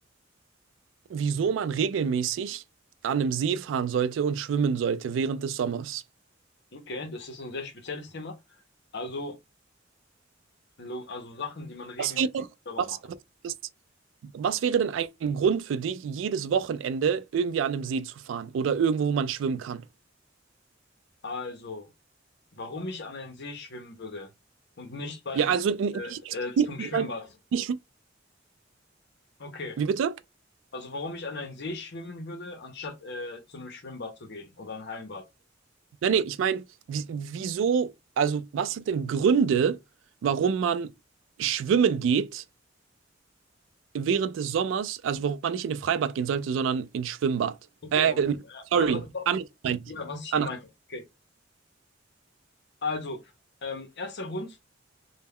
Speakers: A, on the right; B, on the left.
A: wieso man regelmäßig an einem See fahren sollte und schwimmen sollte während des Sommers.
B: Okay, das ist ein sehr spezielles Thema. Also, lo- also Sachen, die man regelmäßig
A: Was wäre,
B: selber
A: was,
B: macht.
A: was, was wäre denn ein Grund für dich, jedes Wochenende irgendwie an einem See zu fahren oder irgendwo, wo man schwimmen kann?
B: Also, warum ich an einen See schwimmen würde und nicht beispielsweise
A: Ja, also n- n- nicht,
B: äh,
A: ich
B: zum Schwimmbad.
A: mein, nicht,
B: Okay,
A: wie bitte?
B: also warum ich an einen See schwimmen würde, anstatt äh, zu einem Schwimmbad zu gehen oder ein Hallenbad.
A: Nein, nee, ich meine, wie- wieso, also was sind denn Gründe, warum man schwimmen geht? während des Sommers, also warum man nicht in ein Freibad gehen sollte, sondern ins Schwimmbad.
B: Okay,
A: Äh,
B: okay. Äh,
A: sorry,
B: Also, also, doch,
A: anders meine
B: ja,
A: ich.
B: was ich
A: Anders.
B: gemeint habe. Okay. Also, ähm, erster Grund.